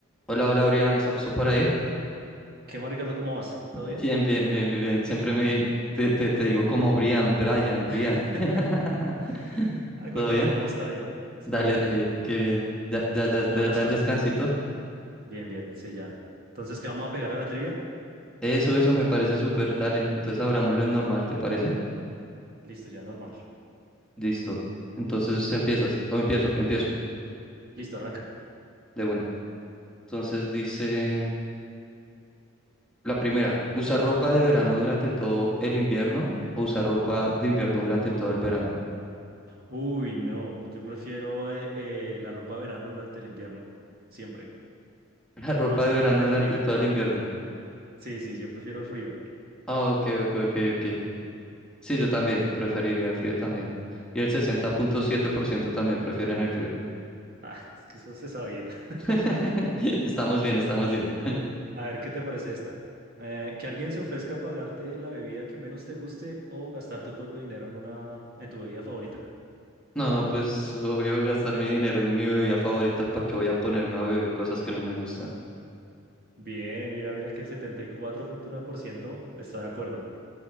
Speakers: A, in the centre; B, on the right.
A: Hola, hola, Brian, ¿estás por ahí?
B: ¿Qué más, Ricardo? ¿Cómo vas?
A: <laughs>
B: ¿Todo bien?
A: Bien, bien, bien, bien, bien. Siempre me te, te- te digo como Brian, Brian, Brian.
B: <laughs>
A: <laughs>
B: De
A: ¿Todo
B: cualquier
A: bien?
B: forma, está bien.
A: Dale,
B: Bien,
A: dale,
B: bien, hermano.
A: qué bien. Ya, ya, ya,
B: ¿Cómo
A: ya,
B: van las
A: ya
B: cosas?
A: en descansito.
B: Bien, bien, sí, ya. Entonces, ¿qué vamos a pegar a la trivia?
A: Eso, eso me parece súper. Dale, entonces abrámoslo en normal, ¿te parece?
B: Listo, ya, normal.
A: Listo. Entonces empiezas, o empiezo, empiezo,
B: Listo, arranca.
A: de una. Entonces dice la primera, ¿usar ropa de verano durante todo el invierno o usar ropa de invierno durante todo el verano?
B: Uy, no, yo prefiero eh, eh, la ropa de verano durante el invierno, siempre.
A: <laughs> La ropa
B: Más
A: de
B: amigo
A: verano
B: del
A: durante
B: frío.
A: todo el invierno.
B: Sí, sí, yo prefiero el frío.
A: Ah, ok, ok, ok, ok. Sí, yo también preferiría el frío también. Y el sesenta punto siete por ciento también prefieren el frío.
B: Ah, es que eso se sabía. <laughs>
A: <laughs> Estamos bien, estamos bien.
B: Bien. A ver, ¿qué te parece esta? Eh, que alguien se ofrezca a pagarte la bebida que menos te guste o gastar tu propio dinero en una, en tu bebida favorita.
A: No, pues obvio gastar mi dinero en mi bebida favorita, ¿para qué voy a ponerme a beber cosas que no me gustan?
B: Bien, mira, mira que el setenta y cuatro punto nueve por ciento está de acuerdo.